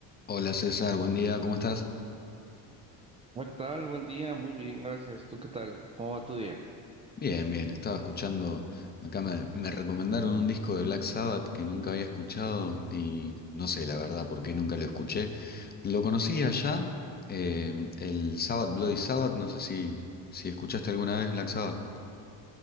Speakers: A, on the left; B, on the right.
A: Hola César, buen día, ¿cómo estás?
B: Hola, ¿Qué tal? Buen día, muy bien, gracias. ¿Tú qué tal? ¿Cómo va tu día?
A: Bien, bien, estaba escuchando, acá me, me recomendaron un disco de Black Sabbath que nunca había escuchado y no sé la verdad por qué nunca lo escuché. Lo conocí allá, eh, el Sabbath Bloody Sabbath, no sé si, si escuchaste alguna vez Black Sabbath.